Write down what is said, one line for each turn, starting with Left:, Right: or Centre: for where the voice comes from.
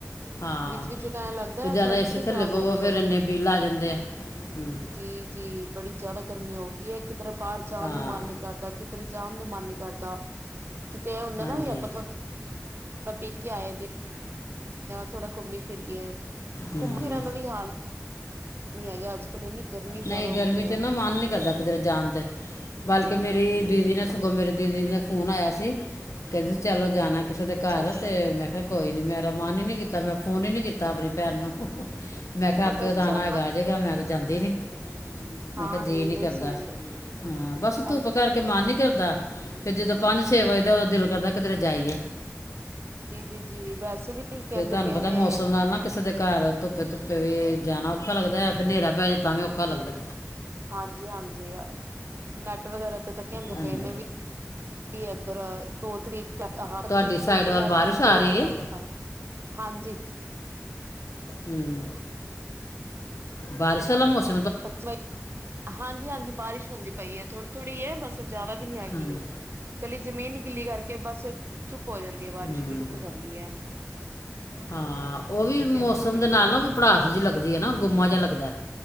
Left: ਹਾਂ
Right: ਵਿੱਚ ਵਿਚ ਤਾਂ ਐਂ ਲੱਗਦਾ
Left: ਕਿ ਜ਼ਿਆਦਾ
Right: ਕਲਮਸ
Left: ਏਸੀ
Right: ਹੀ
Left: ਥੱਲੇ
Right: ਖ਼ਰਾਬ
Left: ਪਵੋ
Right: ਹੋ ਗਿਆ
Left: ਫਿਰ
Right: ਹੋਵੇ
Left: ਇੰਨੇ ਬਿੱਲ ਆ ਜਾਂਦੇ ਆ ਹੂੰ
Right: ਜੀ ਜੀ ਬੜੀ ਜਿਆਦਾ ਗਰਮੀ ਹੋ ਗਈ ਯੇ ਏਕ ਕਿਧਰ ਬਾਹਰ ਜਾਣ
Left: ਹਾਂ
Right: ਨੂੰ ਮਨ ਨੀ ਕਰਦਾ ਕਿ ਕਿੱਧਰੇ ਜਾਣ ਨੂੰ ਮਨ ਨਹੀਂ ਕਰਦਾ ਕਿਤੇ ਹੁੰਦਾ
Left: ਹਾਂਜੀ
Right: ਨਾ ਵੀ ਆਪਾਂ ਥੋੜਾ ਆਪਾਂ ਪੇਕੇ ਆਏ ਦੇ ਥੋੜਾ ਘੁੰਮੀ ਫਿਰਰੀਏ
Left: ਹੂੰ
Right: ਘੁੰਮ ਫਿਰਾਂ ਦਾ ਵੀ ਹਾਲ ਨਹੀ ਹੈਗਾ ਅੱਜ ਕੱਲ ਇੰਨੀ ਗਰਮੀ ਜ਼ਿਆਦਾ
Left: ਨਹੀਂ
Right: ਹੋ
Left: ਗਰਮੀ
Right: ਗਈ
Left: ਚ
Right: ਹੈ
Left: ਨਾ ਮਨ ਨਹੀਂ ਕਰਦਾ ਕਿਧਰੇ ਜਾਣ ਤੇ ਬਲਕਿ ਮੇਰੀ ਦੀਦੀ ਨੇ ਸਗੋਂ ਮੇਰੇ ਦੀਦੀ ਦਾ ਫੋਨ ਆਇਆ ਸੀ ਕਹਿੰਦੇ ਚਲੋ ਜਾਣਾ ਕਿਸੇ ਦੇ
Right: ਅੱਛਾ
Left: ਘਰ
Right: ਅੱਛਾ
Left: ਤੇ ਮੈਂ ਕਿਹਾ ਕੋਈ ਨੀ ਮੈਂ ਮਰਾ ਮਨ ਹੀ ਨੀ ਕੀਤਾ ਮੈਂ ਫੋਨ ਹੀ ਨੀ ਕੀਤਾ ਤਾ ਆਪਣੀ ਭੈਣ ਨੂੰ ਮੈਂ ਕਿਹਾ ਆਪੇ
Right: ਅੱਛਾ
Left: ਤਾਂ ਆਉਣਾ ਹੈਗਾ ਜੇਗਾ ਮੈਂ ਤਾਂ ਜਾਂਦੀ ਨੀ ਮੈਂ
Right: ਹਾਂ
Left: ਕਿਹਾ ਜੀਅ
Right: ਨਹੀਂ
Left: ਨੀ
Right: ਨਹੀਂ
Left: ਕਰਦਾ
Right: ਸਹੀ ਹੈ
Left: ਹਾਂ ਬਸ
Right: ਐ-
Left: ਧੁੱਪ ਕਰਕੇ ਮਨ ਨੀ ਤੇ ਹੋਂਦਾ, ਫੇਰ ਜਦੋਂ ਪੰਜ ਛੇ ਵਜਦਾ, ਉਦੋਂ ਦਿਲ ਕਰਦਾ ਕਿਧਰੇ ਜਾਈਏ।
Right: ਜੀ, ਜੀ, ਜੀ, ਵੈਸੇ ਵੀ ਕਹਿੰਦੇ
Left: ਫਿਰ ਤੁਹਾਨੂੰ
Right: ਪਏ
Left: ਪਤਾ
Right: ਨੇ
Left: ਮੌਸਮ ਨਾਲ ਨਾ ਕਿਸੇ ਦੇ ਘਰ ਧੁੱਪੇ ਧੁੱਪੇ ਵੀ ਜਾਣਾ ਔਖਾ ਲੱਗਦੈ, ਫਿਰ ਹਨੇਰਾ ਪੈ ਜੇ ਤਾਂ ਵੀ ਔਖਾ ਲੱਗਦੈ।
Right: ਹਾਂਜੀ ਹਾਂਜੀ, ਆ ਨੈਟ ਵਗੈਰਾ ਤੇ ਤਾਂ ਕਹਿੰਦੇ
Left: ਹਾਂਜੀ
Right: ਪਏ ਨੇ ਵੀ ਵੀ ਇੱਧਰ ਦੋ ਤਰੀਕ ਤ ਆਹਾ, ਪੱਚੀ
Left: ਤੁਹਾਡੀ ਸਾਈਡ
Right: ਮਈ ਤੋਂ
Left: ਵੱਲ
Right: ਲੈ
Left: ਬਾਰਿਸ਼
Right: ਕੇ
Left: ਆ
Right: ਦੋ
Left: ਰਹੀ
Right: ਜੂ ਤੱਕ
Left: ਹੈ
Right: ਤਾਂ, ਹਾਂਜੀ।
Left: ਹਮਮ, ਬਾਰਸ਼ ਵਾਲਾ ਮੌਸ
Right: <unintelligible> ਹਾਂਜੀ ਹਾਂਜੀ, ਬਾਰਿਸ਼ ਹੁੰਦੀ ਪਈ ਐ। ਥੋੜੀ ਥੋੜੀ ਐ ਬਸ ਤੇ ਜ਼ਿਆਦਾ ਵੀ ਨੀ ਹੈਗੀ।
Left: ਹਾਂਜੀ
Right: ਕੱਲੀ ਜ਼ਮੀਨ ਗਿੱਲੀ ਕਰਕੇ ਬਸ ਚੁ ਹੋ ਜਾਂਦੀ ਐ,
Left: ਹੂੰ
Right: ਬਾਰਿਸ਼ ਵੀ ਰੁਕ ਜਾਂਦੀ ਐ।
Left: ਹਾਂ, ਉਹ ਵੀ ਮੌਸਮ
Right: ਦੋ ਦੋ ਮਿੰਟ
Left: ਦੇ ਨਾਲ
Right: ਲਗਾਈਦੇ
Left: ਨਾ ਵੀ ਭੜਾਸ ਜਿਹੀ ਲੱਗਦੀ ਐ ਨਾ, ਗੁੰਮਾ ਜਿਹਾ ਲੱਗਦੈ।